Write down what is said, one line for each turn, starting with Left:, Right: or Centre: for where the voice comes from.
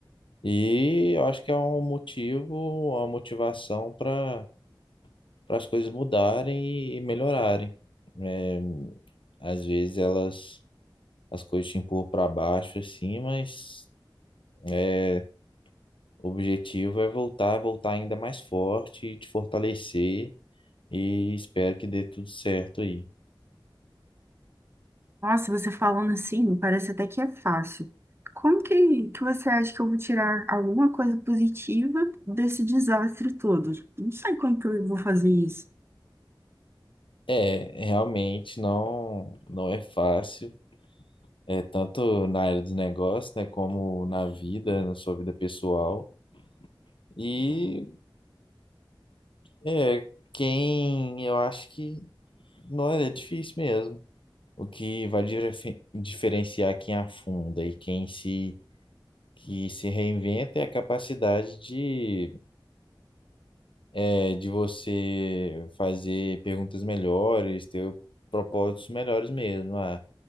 Left: E eu acho que é um motivo, uma motivação para para as coisas mudarem e, e melhorarem. É, às vezes elas as coisas te empurram para baixo assim, mas é, o objetivo é voltar, voltar ainda mais forte, te fortalecer e espero que dê tudo certo aí.
Right: Nossa, você falando assim, parece até que é fácil. Como que, que você acha que eu vou tirar alguma coisa positiva desse desastre todo? Não sei como que eu vou fazer isso.
Left: É, realmente não, não é fácil, é tanto na área dos negócios, né, como na vida, na sua vida pessoal. E é quem eu acho que não é difícil mesmo. O que vai direfe- diferenciar quem afunda e quem se que se reinventa é a capacidade de é, de você fazer perguntas melhores, ter propósitos melhores mesmo. Ah,